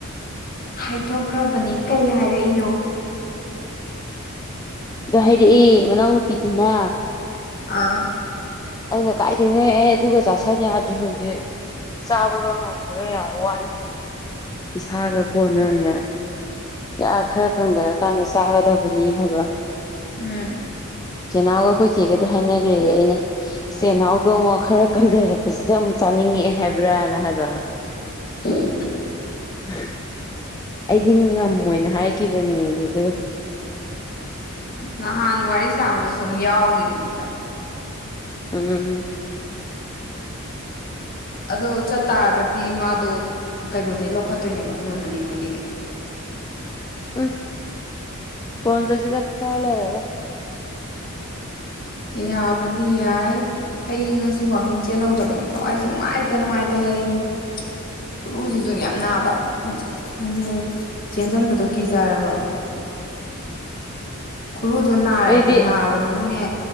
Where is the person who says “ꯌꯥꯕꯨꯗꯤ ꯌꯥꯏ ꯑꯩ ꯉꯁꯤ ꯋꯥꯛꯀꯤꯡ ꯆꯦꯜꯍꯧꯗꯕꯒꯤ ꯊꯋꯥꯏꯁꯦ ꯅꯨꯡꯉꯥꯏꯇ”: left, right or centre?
Left